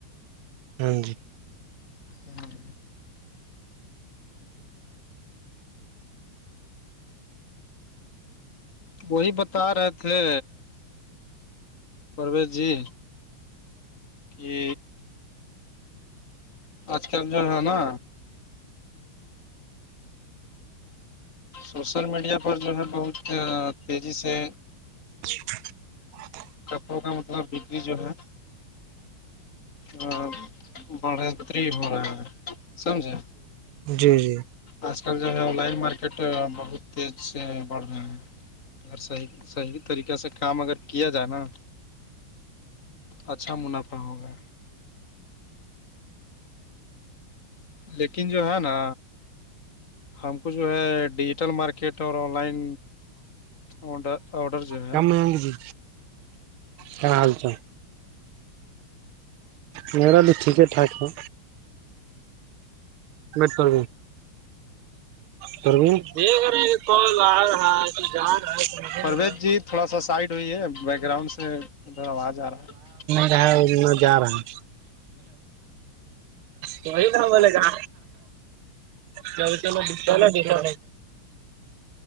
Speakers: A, on the right; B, on the left.
A: ہاں جی
B: ہاں وہی بتا رہے تھے پرویز جی کہ آج کل جو ہے نا سوشل میڈیا پر جو ہے بہت تیزی سے
A: ج ہ تو
B: کپڑوں کا مطلب بکری جو ہے ہ بڑتری ہو رہ ہے سمجھے
A: جیی جی جی
B: آج کل جو ہے آن لائن مارکیٹ بہت تیز سے بڑھ رہے ہیں اور صحیح صحیح طریقے سے کام اگر کیا جائے نا اچھا منافع ہوگا لیکن جو ہے نا ہم کو جو ہے ڈیجیٹل مارکیٹ اور آن لائن آرڈر چاہ
A: کمگ جی کیا حال چ میر بھی ٹھیک ہے ٹھاک ہے بیٹ پر پر تو جا رہا ہے توجے
B: پرویز
A: میں
B: جی تھوڑا سا سائڈ ہوئی ہے بیک گراؤنڈ سے ادھر آواز آ رہا ہے
A: میں جا رہا ہے توئی تھام بولے گ ن تو میں دتا ن دسانے کہ